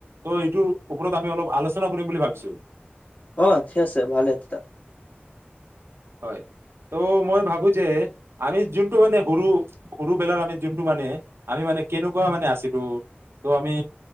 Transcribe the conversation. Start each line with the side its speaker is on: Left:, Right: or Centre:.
Right: ত' এইটোৰ ওপৰত আমি অলপ আলোচনা কৰিম বুলি ভাবিছো।
Left: অ ঠিক আছে, ভালে তেতিয়া।
Right: হয়, ত' মই ভাবো যে আমি যোনটো মানে সৰু সৰুবেলাৰ আমি যোনটো মানে, আমি মানে কেনেকুৱা মানে আছিলো, ত আমি